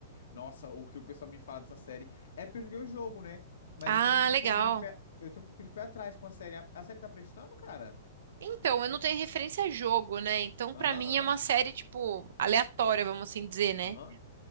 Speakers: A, on the left; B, on the right.
A: Nossa, o que o pessoal me fala dessa série. É porque eu joguei o jogo, né? Mas
B: Ah,
A: eu tenho um
B: legal.
A: pouquinho de pé. Eu tenho um pouco de pé atrás com a série. A, a série tá prestando, cara?
B: Então, eu não tenho referência a jogo, né? Então, pra
A: Aham,
B: mim
A: aham,
B: é uma série, tipo, aleatória, vamos assim dizer, né?
A: aham,